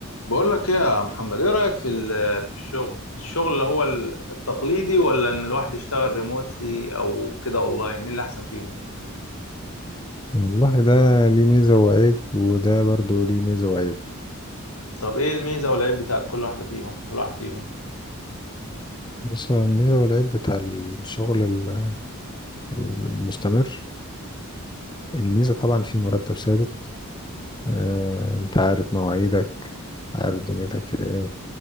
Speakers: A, on the left (about 85°); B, on the left (about 20°).
A: بقول لك ايه يا محمد ايه رأيك في ال- في الشغل الشغل اللي هو ال- التقليدي ولا ان الواحد يشتغل ريموتلي او كده اونلاين مين اللي احسن فيهم
B: والله ده ليه ميزة وعيب وده برضو ليه ميزة وعيب
A: طب ايه الميزة والعيب بتاعت كل واحدة فيهم كل واحد فيهم
B: بس الميزة والعيب بتاع الشغل ال- المستمر الميزة طبعا في مرتب ثابت آه، انت عارف مواعيدك عارف دنيتك في ايه